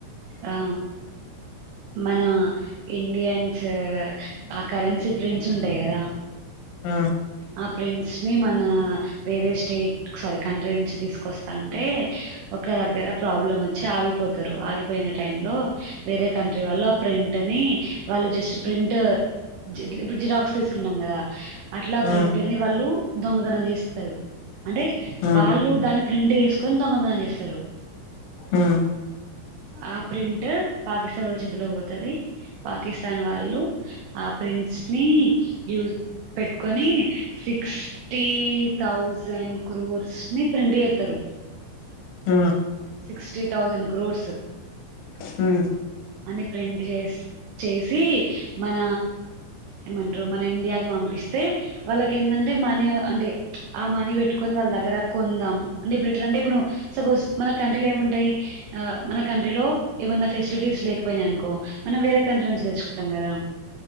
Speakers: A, on the right (about 75°); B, on the left (about 80°).
A: ఆ మన ఇండియన్స్ ఆ కరెన్సీ ప్రిన్స్ ఉంటాయి కదా
B: ఆ
A: ఆ ప్రింట్స్ అవి మన వేరే స్టేట్ సారీ కంట్రీ నుంచి తీసుకొస్తంటే ఒక దగ్గర ప్రాబ్లం వచ్చి ఆగిపోతారు. ఆగిపోయిన టైమ్ లో వేరే కంట్రీ వాళ్ళు ఆ ప్రింట్ ని వాళ్ళు జస్ట్ ప్రింట్ ఇప్పుడు జిరాక్స్ తీసుకుంటాం కదా అట్లా ప్రింట్
B: ఆ
A: నీ వాళ్ళు దొంగతనం చేస్తరు. అంటే
B: ఆ ఆ
A: వాళ్ళు దాన్ని ప్రిం ప్రింట్ తీసుకొని దొంగతనం చేస్తారు.
B: ఆ
A: ఆ ప్రింట్ పాకిస్తాన్ వాళ్ల చేతిల్లోకి పోతది పాకిస్తాన్ వాళ్ళు ఆ ప్రింట్స్ని యూస్ పెట్టుకొని సిక్స్టీ థౌజండ్ క్రోర్స్ ని ప్రింట్ ఎత్తరు.
B: ఆ
A: సిక్స్టీ థౌజండ్ క్రోర్స్
B: హుమ్
A: అని ప్రింట్ చేస్ చేసి మన ఏమంటరు. మన ఇండియాకి పంప్ పంపిస్తే వాళ్ళకి ఎందంటే మనీ అంటే ఆ మనీ వెట్టుకొని వాళ్ళ దగ్గర కొందాము అని ఎట్లాంటే ఇప్పుడు సపోజ్ మన కంట్రీ ఏముంటాయి మన కంట్రీలో ఏమన్నా ఫెసిలిటీస్ లేకపోయినాయి అనుకో మనం వేరే కంట్రీ నుంచి తెచ్చుకుంటాం కదా